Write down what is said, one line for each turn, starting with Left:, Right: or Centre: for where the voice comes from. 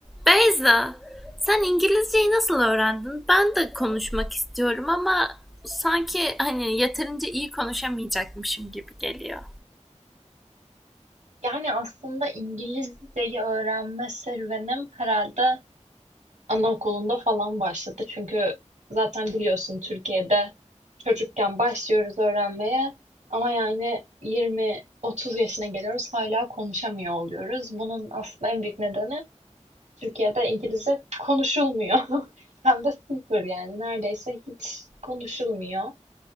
Centre: Beyza, sen İngilizceyi nasıl öğrendin? Ben de konuşmak istiyorum ama sanki hani yeterince iyi konuşamayacakmışım gibi geliyor.
Right: Yani aslında İngilizceyi öğrenme serüvenim herhalde anaokulunda falan başladı. Çünkü zaten biliyorsun Türkiye'de çocukken başlıyoruz öğrenmeye ama yani 20-30 yaşına geliyoruz hala konuşamıyor oluyoruz. Bunun aslında en büyük nedeni Türkiye'de İngilizce konuşulmuyor. <laughs> Hem de sıfır yani neredeyse hiç konuşulmuyor.